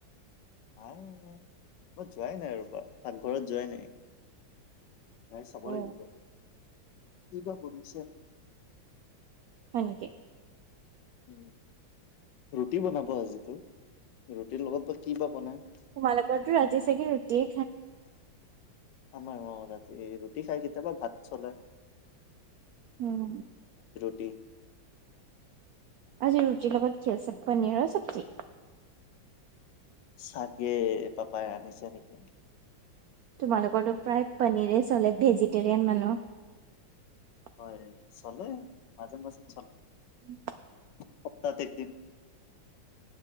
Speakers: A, on the left; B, on the right.
A: মাই যোৱাই নাই ৰপ পাকঘৰত যোৱাই নাই। গাই চাব
B: অ
A: লাগিব কি বা বনিছে।
B: হয় নেকি।
A: উ, ৰুটি বনাব আজিতো ৰুটিৰ লগত বা কি বা বনাই।
B: তোমালোকৰতো ৰাতি চাগে ৰুতি।
A: আমাৰ অ' ৰাতি ৰুটি খাই কেতিয়াবা ভাত চলে।
B: উম।
A: ু <inaudible>
B: আজি ৰুটি লগত <unintelligible> পনিৰ চবজি।
A: চাগে পাপাই আনিছে নেকি।
B: তোমালোকৰো প্ৰায় পনিৰে চলে ভেজিটেৰিয়ান মানুহ।
A: হয় চলে। মাজে মাজে চলে।
B: উম।
A: সপ্তাহত একদিন।